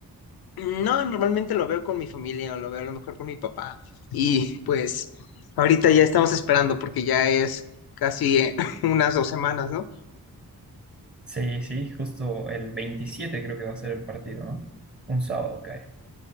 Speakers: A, on the left; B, on the right.
A: Mm, No, normalmente lo veo con mi familia o lo veo a lo mejor con mi papá. Y pues ahorita ya estamos esperando porque ya es casi eh, <laughs> unas dos semanas, ¿no?
B: Sí, sí, justo el 27 creo que va a ser el partido, ¿no? Un sábado, ok.